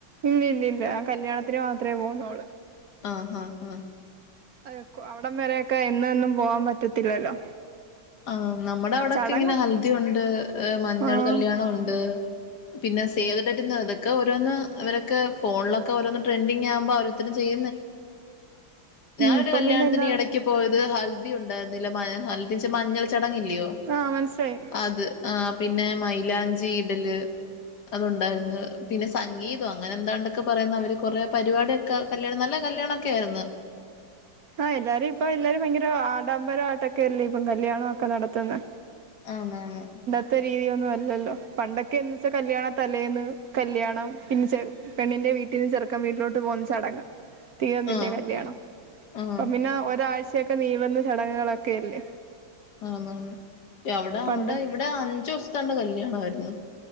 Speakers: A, on the right; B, on the left.
A: ഇല്ലല്ലല്ല കല്യാണത്തിന് മാത്രമേ പോകന്നോള്
B: ആഹാ ഹാ
A: അത അവിടം വരൊക്കെ എന്നൊന്നും പോവാൻ പറ്റത്തില്ലല്ലോ
B: ആ നമ്മുടെ അവിടെൊക്കെ
A: ചടങ്ങ്
B: ഇങ്ങനെ ഹൽദി ഉണ്ട് മഞ്ഞൾ
A: ആഹ്
B: കല്യാണം ഉണ്ട് പിന്നെ സേവ്ട്ട് ഇതക്കെ ഓരോന്ന് ഇവൊക്കെ ഫോണിലൊക്കെഓോന്ന് ട്രെൻഡിങ് ആകുമ്പോൾ അവർ ചെയ ഞ
A: ഉം ഇപ്പം പിന്നെ എല്ലാം
B: ക ഇ പോയത് ഹൽദി ഉണ്ടായിരുന്നില്ല മ ഹൽദി ച്ചാ മഞ്ഞൾ ചടങ്ങില്ലയോ?
A: ആഹ് മനസ്സിലായി
B: അത് ആഹ് പിന്നെ മൈലാഞ്ചി ഇടല് അതുണ്ടായിരുന്നു പിന്നെ സംഗീതോ അങ്ങനെ എന്താണ്ടൊക്കെ പറയുന്നത് അവർ കൊറെ പരിപാടിയൊക്കെ കല്യാണം നല്ല കല്യാണൊക്കെ ആയിരുന്നു
A: ആഹ് എല്ലാരും ഇപ്പ എല്ലാരും ഭയങ്കര ആഡംബരമായിയിട്ടൊക്കെയല്ലേ ഇപ്പം കല്ല്യാണമൊക്കെ നടത്തുന്നെ
B: ആന്നാന്നു
A: ത്തെ രീതിയൊന്നും അല്ലല്ലോ പണ്ടൊക്കെ എന്ന് വെച്ചാ കല്യാണ തലേന്ന് കല്യാണം പിന്നെ ചെറ് പെണ്ണിന്റെ വീട്ടീന്ന് ചെറുക്കൻ വീട്ടിലോട്ട് പോകന്ന ചടങ്ങ് തീർന്നില്ലേ
B: ആഹ്
A: കല്യാണം
B: ആഹ്
A: ഇപ്പൊ പിന്നെ ഒരാഴ്ചയൊക്കെ നീള്ന്ന ചടങ്ങുകളൊക്കെയല്ലേ
B: ആന്നാന്നു അവിടെ
A: പണ്ട്
B: അവിടെ ഇവിടെ അഞ്ചു ദിവസത്താണ്ട് കല്യാണായിരുന്നു